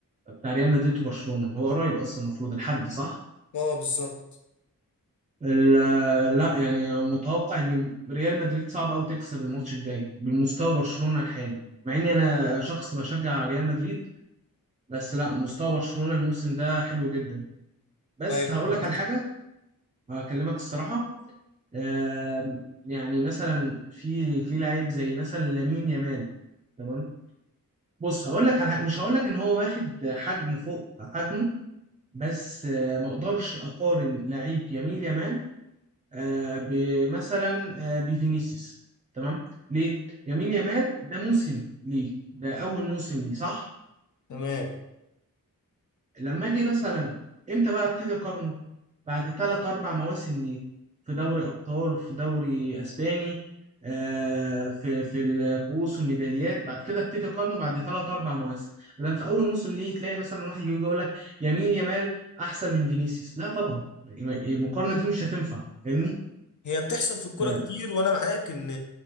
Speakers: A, on the right; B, on the left.
A: بتاع ريال مدريد وبرشلونه هو قريب اصلا المفروض الحد صح
B: اه بالظبط
A: ال- لا يعني متوقع ان ريال مدريد صعب قوي تكسب الماتش الجاي بالمستوى برشلونه الحالي مع اني انا شخص بشجع ريال مدريد بس لا مستوى برشلونه الموسم ده حلو جدا بس
B: ايوه
A: هقول
B: انا معاك
A: لك على حاجه هكلمك الصراحه آم، يعني مثلا في في لعيب زي مثلا لامين يامال تمام بص هقول لك على حاجة. مش هقول لك ان هو واخد حجم فوق حجمه بس آه، ما اقدرش اقارن لعيب يمين يامال آه، بمثلا آه، بفينيسيوس تمام ليه يمين يامال ده موسم ليه ده اول موسم ليه صح
B: تمام
A: لما اجي مثلا امتى بقى ابتدي اقارنه بعد ثلاث أربع مواسم ليه في دوري أبطال وفي دوري أسباني آه في في الكؤوس والميداليات بعد كده ابتدي أقارنه بعد ثلاث أربع مواسم لأن في أول موسم ليه تلاقي مثلا واحد يجي يقول لك يمين يمال أحسن من فينيسيوس لا طبعا المقارنة دي مش هتنفع فاهمني
B: هي بتحصل في الكوره
A: آه
B: كتير وانا معاك ان